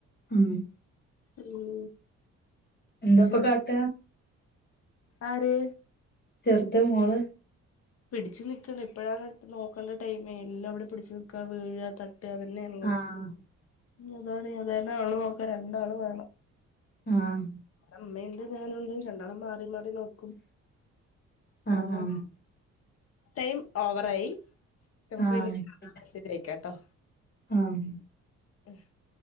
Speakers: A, on the left; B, on the left.
A: ഉം
B: ഉം
A: എന്താപ്പൊ
B: ക്ഷെ
A: കാട്ട?
B: ആര്.
A: ചെർത് മോള്.
B: പിടിച്ച് നിക്കണ്ട്. ഇപ്പഴാണ് നോക്കണ്ട ടൈമേ എല്ലാം ഇവിടെ പിടിച്ചു നിക്ക വീഴ ത ട്ട അതന്നെള്ളൂ
A: ആഹ്
B: അതാണ് ഏതായാലു ആളു നോക്കാ രണ്ടാള് വേണം.
A: ആഹ്
B: അമ്മയുണ്ട് ഞാനുണ്ട് രണ്ടാളെ മാ മാറി മാറി നോക്കും
A: ആഹ്
B: അങ്ങനെ ടൈം ഓവറായി നമുക്ക്
A: ആഹ് ആഹ്
B: പിന്നെ മെസജ് അയക്കാം ട്ടോ.
A: ആഹ്
B: <unintelligible>